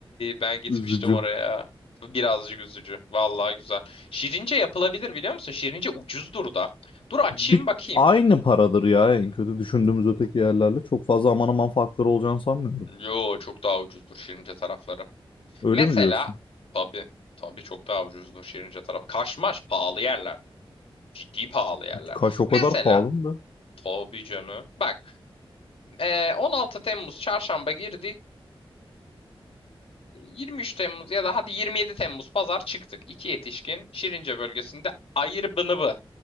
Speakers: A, on the left; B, on the left.
A: ben gitmiştim
B: Üzücü.
A: oraya. Birazcık üzücü. Vallahi güzel. Şirince yapılabilir biliyor musun? Şirince ucuzdur da. Dur açayım
B: Bir,
A: bakayım.
B: aynı paradır ya en kötü düşündüğümüz öteki yerlerle. Çok fazla aman aman farkları olacağını sanmıyorum.
A: Yo çok daha ucuzdur Şirince tarafları.
B: Öyle
A: Mesela
B: mi diyorsun?
A: tabii tabii çok daha ucuzdur Şirince tarafı. Kaşmaş pahalı yerler. Ciddi pahalı yerler.
B: Kaş o
A: Mesela
B: kadar pahalı mı?
A: tabii canım. Bak e, 16 Temmuz çarşamba girdik. 23 Temmuz ya da hadi 27 Temmuz pazar çıktık. İki yetişkin Şirince bölgesinde Ayırbınıbı.